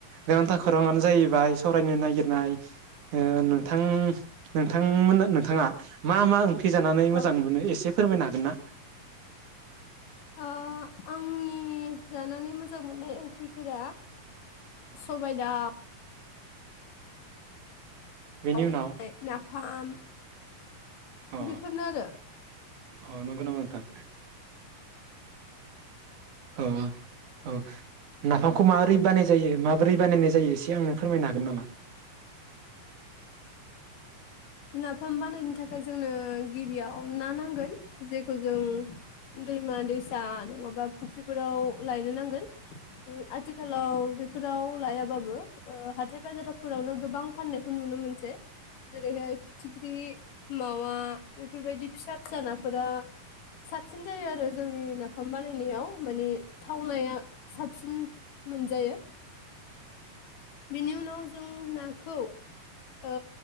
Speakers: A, on the right; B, on the left.
A: गोनांथार खौराङानो जाहैबाय सावरायनो नागिरनाय ओ नोंथां नोंथांमोना नोंथाङा मा मा ओंख्रि‌‌फोर खै जानानै मोजां
B: औ
A: मोनो एसे फोरमायनो हागोनना?
B: अ आंनि जानानै मोजां मोननाय ओंख्रिफोरा सबाय दाव
A: बेनि
B: <unintelligible>
A: उनाव
B: फाम
A: अ
B: बेफोरनो आरो
A: अ नंगौ नामा नोंथां? औ ओ, औ नाफामखौ मा माबोरै बानाय जायो, माबोरै बानायनाय जायो एसे आंनो फोरमायनो हागोन नामा?
B: नाफाम बानायनो थाखाय जोंनो गिबियाव ना नांगोन जे खौ जों दैमा-दैसा नङाबा फुख्रिफोराव लायनो नांगोन, आथिखालाव बेफोराव लायाबाबो ओ हाथाय बाजारावफोरावनो गोबां फाननायखौ नुनो मोनसै । जेरैहाय फिथिग्रि मावा बेफोरबायदि फिसा-फिसा नाफोरा साबसिन जायो आरो जोंनि नाफाम बानायनायाव माने थावनाया साबसिन मोनजायो । बेनि उनाव जों नाखौ ओ